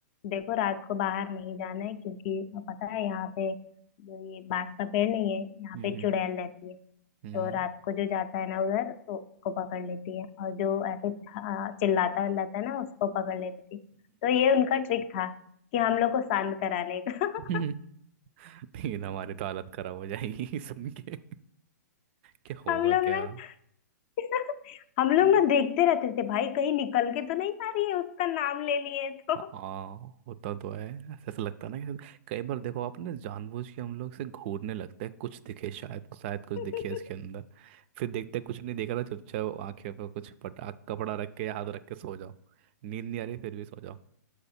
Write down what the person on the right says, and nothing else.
हम्म
हम्म
हम्म।
लेकिन हमारी तो हालत खराब हो जाएगी <laughs> सुन के क्या होगा
क्या
हम्म।
हाँ होता तो है ऐसा ऐसा लगता है ना कि कई बार देखो आपने जानबूझ के हम लोग से घूरने लगते हैं कुछ दिखे शायद शायद कुछ
दिखे इसके अंदर फिर देखते कुछ नहीं देखा ना चुपचाप आंखें पर कुछ पटा कपड़ा रख के हाथ रख के सो जाओ नींद नहीं आ रही फिर भी सो जाओ